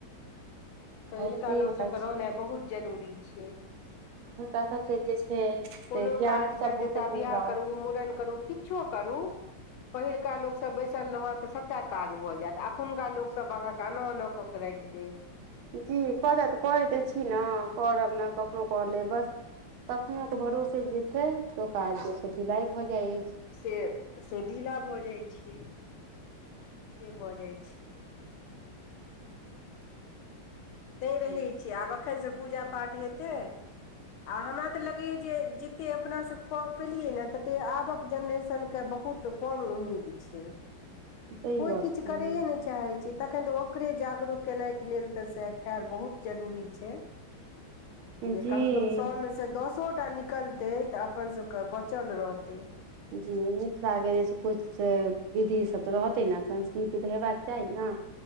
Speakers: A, on the right; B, on the left.
A: सही
B: पहिलका
A: बात
B: ओ सबके
A: छै
B: रहनाई बहुत जरूरी छैय।
A: हुनका सभसँ जे छै। से
B: कोनो
A: ज्ञान
B: काज
A: सब
B: करतै
A: बहुतेक
B: तऽ
A: मिलत
B: बआह करू मूड़न करू किछो करू। पहिलका लोकसभ बैसल रहत तऽ सभटा काज भऽ जायत एखुनका लोकसभ अहाँकेँ एना ओना कऽ। करेके दे।
A: जी करब कर तऽ छी ने करब ने कखनो कर लेब बस। कखनो के भरोसे जे छै से आ काज जे छै ढिलाई भऽ जाय अछि छै।
B: से सेदीला भऽ जाई छै से भऽ जाई छै।
A: ह।
B: नहि
A: अछि
B: रहे छियै आब एखन से पूजा पाठ हेतै। आ हमरा तऽ लगैया जे जते अपना सभ कऽ पेलियै ने तते आबकऽ जेनरेशनक के बहुत। तऽ कम उम्मीद छै
A: सही
B: कोई
A: गप
B: किछ
A: छै
B: करैए नहि। चाहै छी तखन तऽ ओकरे जागरू कऽ केनाई के लेल तऽ से। खैर बहुत जरूरी छै
A: जी
B: जे कऽ से दसोटा निकलते तऽ अपन सभके बचल रहतै।
A: जी मिथिलाके जे छै किछ विधि सभ तऽ रहतै ने संस्कृत तऽ हेबाक चाही ने।